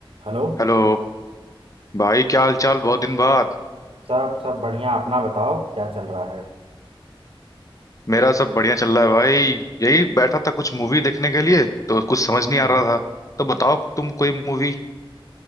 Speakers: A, on the right; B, on the left.
A: Hello
B: Hello भाई क्या हाल चाल बहुत दिन बाद
A: सब सब बढ़िया अपना बताओ क्या चल रहा है
B: मेरा सब बढ़िया चल रहा है भाई यही बैठा था कुछ मूवी देखने के लिए तो कुछ समझ
A: हम्म
B: नहीं आ रहा था तो बताओ तुम कोई मूवी